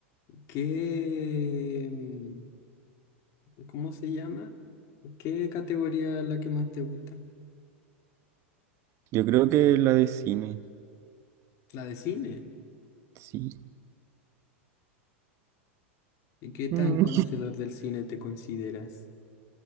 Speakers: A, on the left; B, on the right.
A: ¿Qué, mm, cómo se llama? ¿Qué categoría es la que más te gusta?
B: Yo creo que la de cine.
A: La de cine.
B: Sí. <laughs>
A: ¿Y qué tan
B: Mm.
A: conocedor del cine te consideras?